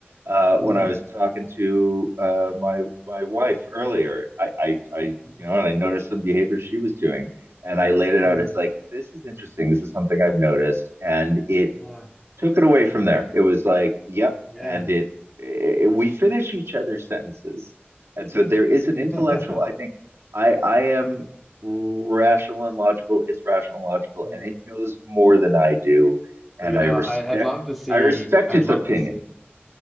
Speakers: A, on the right; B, in the centre.
A: Uh, when
B: mm,
A: I was talking to uh, my my wife earlier, I, I I
B: mm,
A: you know, and I noticed some behavior she was doing, and I laid it out
B: mm.
A: as like, this is interesting. This is something I've noticed, and it
B: Wow.
A: took it away from there. It was like, yep,
B: Yeah.
A: and it, it we finish each other's sentences, and so there is an
B: <laughs>
A: intellectual. I think I I am rational and logical. It's rational and logical,
B: Mm,
A: and it knows more than I do, and
B: But, you
A: I
B: know,
A: respect
B: I, I'd love to see
A: I respect
B: I'd
A: its
B: love
A: opinion.
B: to see